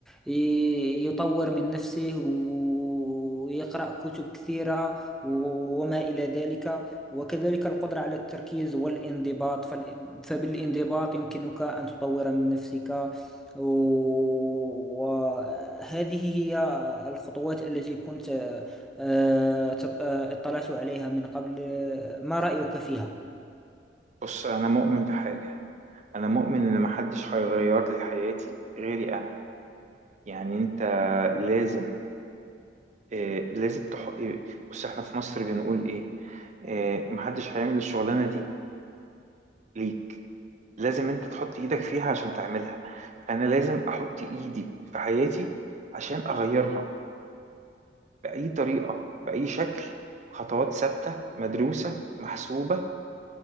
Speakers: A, in the centre; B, on the right.
A: ي- يطور من نفسه و- ويقرأ كتب كثيرة و- وما إلى ذلك وكذلك القدرة على التركيز والانضباط فال- فبالانضباط يمكنك أن تطور من نفسك و- وهذه هي الخطوات التي كنت آه، تط- آه، اطلعت عليها من قبل آه، ما رأيك فيها؟
B: بص انا مؤمن بحاجة انا مؤمن ان محدش هيغير لي حياتي غيري انا يعني انت لازم آه، لازم تح... آه، بص احنا في مصر بنقول ايه آه، محدش هيعمل الشغلانة دي ليك لازم انت تحط ايدك فيها عشان تعملها فانا لازم احط ايدي في حياتي عشان اغيرها بأي طريقة بأي شكل خطوات ثابتة مدروسة محسوبة